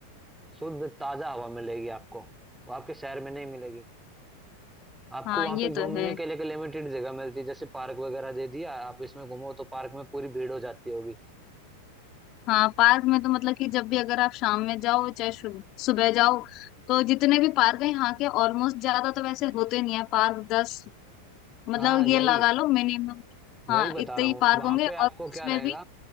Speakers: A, in the centre; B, on the left.
A: शुद्ध ताजा हवा मिलेगी आपको वो आपके शहर में नहीं मिलेगी आपको
B: हाँ
A: वहां
B: ये
A: पे घूमने
B: तो है
A: के लिए एक लिमिटेड जगह मिलती है जैसे पार्क वगैरह दे दिया आप इसमें घूमो तो पार्क में पूरी भीड़ हो जाती होगी
B: हाँ पार्क में तो मतलब कि जब भी अगर आप शाम में जाओ चाहे सु- सुबह जाओ तो जितने भी पार्क हैं यहाँ के ऑलमोस्ट ज्यादा तो वैसे होते नहीं है पार्क दस मतलब
A: हाँ वही
B: ये लगा लो मिनिमम
A: वही
B: हाँ
A: बता
B: इतने
A: रहा
B: ही
A: हूँ
B: पार्क
A: वहां
B: होंगे
A: पे
B: और
A: आपको
B: उसमें
A: क्या रहेगा
B: भी